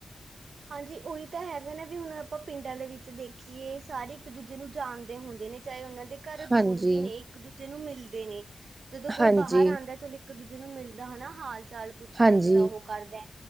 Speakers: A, on the right; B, on the right.
A: ਹਾਂਜੀ, ਓਹੀ ਤਾਂ ਹੈਗਾ ਨਾ ਵੀ ਹੁਣ ਆਪਾਂ ਪਿੰਡਾਂ ਦੇ ਵਿੱਚ ਦੇਖੀਏ ਸਾਰੇ ਇੱਕ ਦੂਜੇ ਨੂੰ ਜਾਣਦੇ ਹੁੰਦੇ ਨੇ ਚਾਹੇ ਉਨਾਂ ਦੇ ਘਰ
B: ਹਾਂਜੀ
A: ਦੂਰ ਵੀ ਨੇ ਇੱਕ ਦੂਜੇ ਨੂੰ ਮਿਲਦੇ ਨੇ ਜਦੋਂ ਕੋਈ
B: ਹਾਂਜੀ
A: ਬਾਹਰ ਆਂਦੈ <unintelligible> ਇੱਕ ਦੂਜੇ ਨੂੰ ਮਿਲਦਾ ਹਨਾ ਹਾਲ-ਚਾਲ ਪੁੱਛਦਾ
B: ਹਾਂਜੀ
A: ਅਗਲਾ ਓਹ ਕਰਦੈ